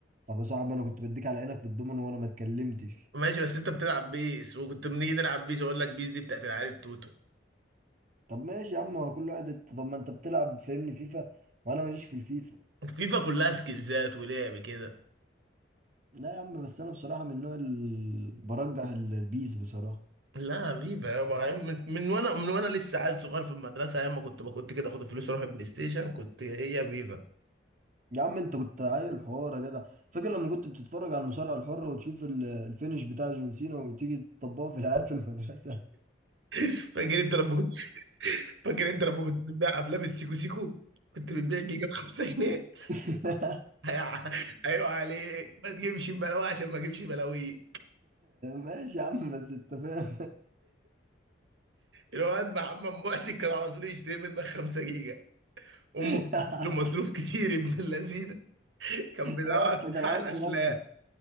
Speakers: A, on the right; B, on the right.
A: طب يا صاحبي انا كنت بديك على عينك في الضمن وانا ما اتكلمتش
B: ماشي بس انت بتلعب بيس وكنت بنيجي نلعب بيس اقول لك بيس دي بتاعت العيال التوتو
A: طب ماشي يا عم هو كل واحد طب ما انت بتلعب فاهمني فيفا وانا ماليش في الفيفا
B: فيفا كلها سكيلزات ولعب كده
A: لا يا عم بس انا بصراحه من النوع اللي برجح ال- البيس بصراحه
B: لا حبيبي يابا، يعني من من وانا من وانا لسه عيل صغير في المدرسه ايام ما كنت كنت كده اخد الفلوس اروح البلاي ستيشن كنت هي يا فيفا
A: يا عم انت كنت عيل حوار يا جدع فاكر لما كنت بتتفرج على المصارعه الحره وتشوف ال- الفينش بتاع جون سينا وتيجي تطبقه في العيال في المدرسه
B: فاكر انت لما كنت <laughs> فاكر انت لما كنت بتبيع افلام السيكو سيكو كنت بتبيع جيجا ب 5 جنيه
A: <laughs>
B: هيع- ايوه عليك ما تجيبش بلاوي عشان ما اجيبش بلاوي
A: ماشي يا عم بس انت فاهم
B: الواد محمد محسن كان على طول يشتري منك 5 جيجا امك
A: <laughs>
B: كانت بتديله مصروف كتير ابن اللذينه كان بيدور
A: اه انت كان
B: على
A: عيل
B: الافلام
A: مغفل